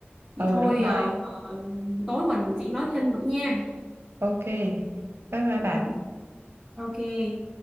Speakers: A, on the right; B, in the centre.
A: ừ
B: vậy thôi
A: đúng rồi
B: ờ, ờ, tối mình sẽ nói thêm nữa nha
A: Ok, bye bye
B: ừ,
A: bà.
B: ok